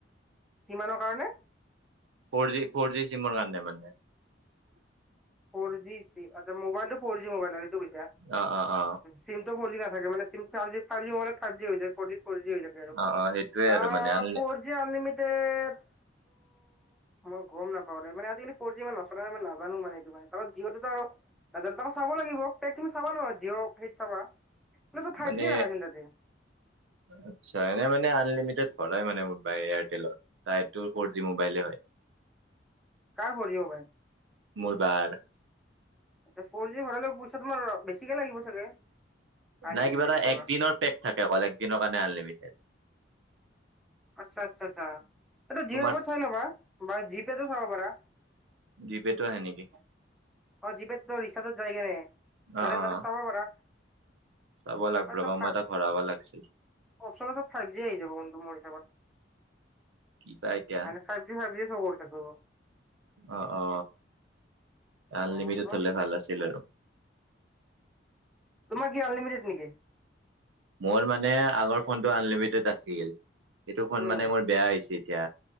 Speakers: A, in the centre; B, on the right (about 80°).
A: কিমানৰ কাৰণে
B: ফৰ জি ফৰ জি চিমোৰ কাৰ ন মানে <unintelligible>
A: ফৰ জি আচ্ছা মোবাইলটো ফ'ৰ জি মোবাইলটো কৈছা
B: অ অ অ
A: চিমটো ফৰ জি - থাগে মানে ছিম থাউজিত ফাইজি লগালে ফাইভ জি হৈ যায়। ফোৰটিট ফোৰজি হৈ থাকে
B: অ অ সেইটোয়ে
A: আ
B: আৰু মানে only
A: four G unlimited মই গম নাপাও দে মানে আজিকালি ফৰ জি মানে নচলাও মানে নাজানো মানে। ত জিঅ'টোত আৰু দেনটাকো চাব লাগিব কি চাবা নয় জিঅ' সেইত চাবা। ফাইভ
B: মানে
A: জি ৰাখাইচোন তাতে
B: আচ্ছা এনে মান আলিমিটড <unintelligible> <unintelligible> সদায় মানে মাই এয়াৰটেলৰ তাইটো ফৰ জি মোবাইলে হয়।
A: কাৰ সৰিয়হ পাই।
B: মোৰবাৰ
A: আচ্ছা ফৰ জি ভাড পইচা তোমাৰ বেছিকে লাগিব চাগে আনলিমিটেড
B: নাই কিবা
A: যদি
B: এটা
A: ভৰোৱা
B: একদিনৰ পেক থাকে অকল একদিনৰ কাৰণে আনলিমিটেড
A: আচ্ছা আচ্ছা আচ্ছা এই জিঅ
B: তোমাৰ
A: প চাই লবা বা জি পে তো চাব পাৰা।
B: জি পেটো আহে নেকি?
A: অ জি পেট ৰিচাৰ্জত যায়গে নে
B: অ
A: তাৰে
B: অ
A: তাতে চাব পাৰা
B: চাব লাগব
A: আত্চ্ছা
B: ৰ'বা মই এটা ভৰাব লাগছিল
A: অপচন আ ফাইভ জি আহি যাব মোৰ হিচাপত
B: কিবা এতিয়া
A: মানে ফাইভ জি ফাইভ জি চব কৰি কৰিব
B: অ অ আনলিমিটেড
A: অ
B: হলে ভাল আছিল আৰু
A: তোমাৰ কি আনলিমিটেড নেকি?
B: মোৰ মানে আগৰ ফোনটো আনলিমিটেড আছিল এইটো ফোন
A: উম
B: মানে মোৰ বেয়া হৈছে এতিয়া।